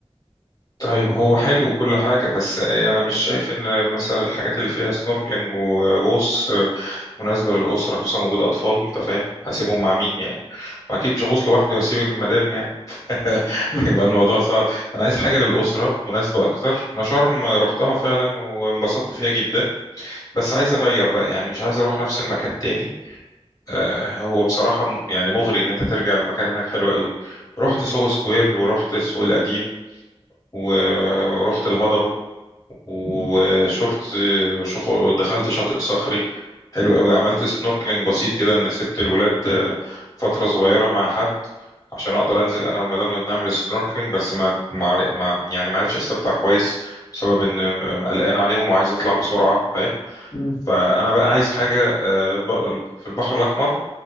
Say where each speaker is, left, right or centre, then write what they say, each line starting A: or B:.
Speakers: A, on the left; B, on the left.
A: طيب هو حلو وكل حاجة بس أنا مش شايف إن مثلا الحاجات اللي فيها سنوركلينج وغوص مناسبة للأسرة خصوصا وجود أطفال أنت فاهم هسيبهم مع مين يعني وأكيد مش هغوص لوحدي وأسيب المدام <laughs>
B: مم.
A: هيبقى الموضوع صعب انا عايز حاجه للاسره مناسبه اكتر انا شرم رحتها فعلا وانبسطت فيها جدا بس عايز اغير بقى يعني مش عايز اروح نفس المكان تاني آه، هو بصراحه م- يعني مغري ان انت ترجع المكان هناك حلو قوي رحت
B: مم.
A: سوهو سكوير ورحت السوق القديم و- ورحت الهضبه وشفت
B: مم.
A: وشخ- ودخلت شاطئ صخري حلو قوي عملت سنوركلينج بسيط كده ان سبت الولاد فترة صغيرة مع حد عشان اقدر انزل انا والمدام نعمل سنوركلينج بس ما ما ما- يعني ما عرفش استمتع كويس بسبب ان قلقان عليهم وعايز اطلع بسرعة فاهم
B: مم.
A: فانا بقى عايز حاجة آه، بق- في البحر الاحمر